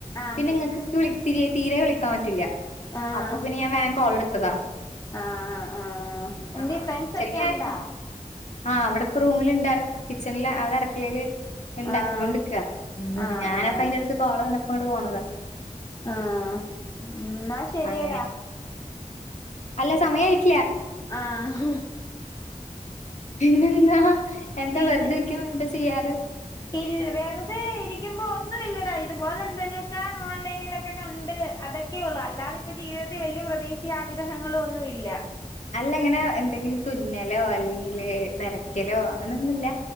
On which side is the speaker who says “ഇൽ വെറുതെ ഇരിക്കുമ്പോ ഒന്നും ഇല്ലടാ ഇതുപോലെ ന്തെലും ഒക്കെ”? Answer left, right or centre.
Left